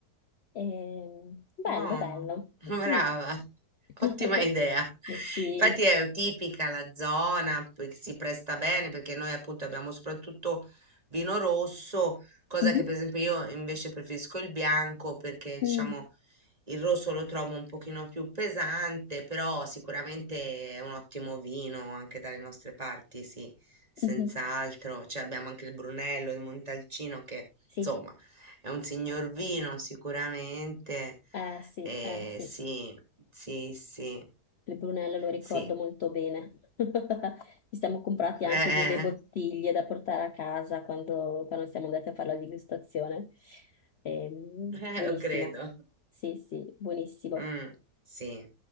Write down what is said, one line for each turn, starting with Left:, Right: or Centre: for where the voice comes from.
Left: Ehm, bello,
Right: Buono,
Left: bello.
Right: <laughs> brava,
Left: Sì. <laughs>
Right: ottima idea.
Left: Sì.
Right: Infatti è tipica la zona, poi che si presta bene perché noi appunto abbiamo soprattutto vino rosso, cosa
Left: Mhm.
Right: che per esempio io invece preferisco il bianco perché diciamo
Left: Mm.
Right: il rosso lo trovo un pochino più pesante, però sicuramente è un ottimo vino anche dalle nostre parti, sì, senz'altro.
Left: Mhm.
Right: Cioè abbiamo anche il Brunello di Montalcino che,
Left: Sì,
Right: insomma, è un signor vino sicuramente.
Left: eh sì,
Right: Eh,
Left: eh sì.
Right: sì, sì, sì,
Left: Le Brunello lo ricordo
Right: sì,
Left: molto bene. <laughs> Ci siamo comprati
Right: eh,
Left: anche delle bottiglie da portare a casa quando, quando siamo andati a fare la degustazione. Ehm,
Right: <laughs> eh,
Left: buonissimo.
Right: lo credo.
Left: Sì, sì, buonissimo.
Right: Mm, sì.